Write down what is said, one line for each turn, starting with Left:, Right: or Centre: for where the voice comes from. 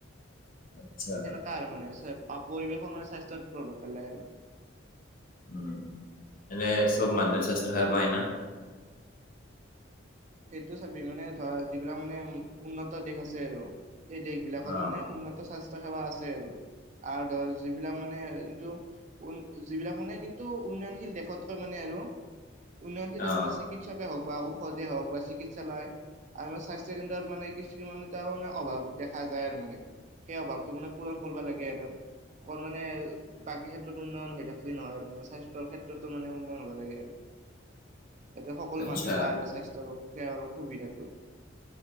Left: আচ্ছা
Right: তাৰ মানে পৰিৱেশৰ মানে স্বাস্থ্যৰ প্ৰভাৱ পেলাই আৰু
Left: উম এনে চব মানুহে স্বাস্থ্য হেয়া কৈ না
Right: সেইটো চাবি মানে ধৰা যিবিলাক মানে উন্নত দেশ আছে আৰু সেই দেশ বিলাকত
Left: অ',
Right: মানে উন্নত স্বাস্থ্য সেৱা আছে আৰু আৰু ধৰ যিবিলাক মানে কিন্তু উ যিবিলাক মানে কিন্তু উন্নয়নশীল দেশতকৈ মানে আৰু উন্নয়নশীল
Left: অ',
Right: চিকিৎসকে হওঁক বা ঔষধে হওঁক বা চিকিৎসালয় আৰু স্বাস্থ্য কেন্দ্ৰত মানে কিছুমান এটাও মানে অভাৱ দেখা যায় আৰু মানে সেই অভাৱটো মানে পূৰণ কৰিব লাগে আৰু অকল মানে বাকী ক্ষেত্ৰত উন্নয়ন হৈ থাকিলই নহয়ে স্বাস্থ্যৰ ক্ষেত্ৰত মে উন্নয়ন হব লাগে আৰু যাতে সকলো
Left: আচ্ছা
Right: মানুহে পায় আৰু স্বাস্থ্যৰ সেৱা আৰু সুবিধাটো